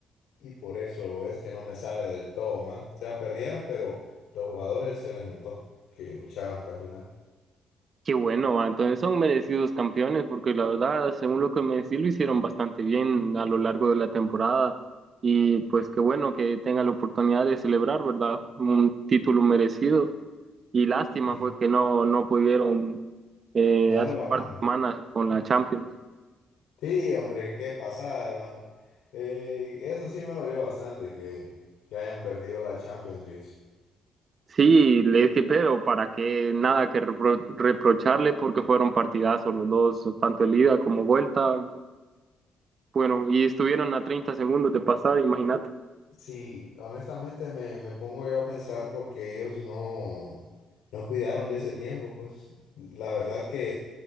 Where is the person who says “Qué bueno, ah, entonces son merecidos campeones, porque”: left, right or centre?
Right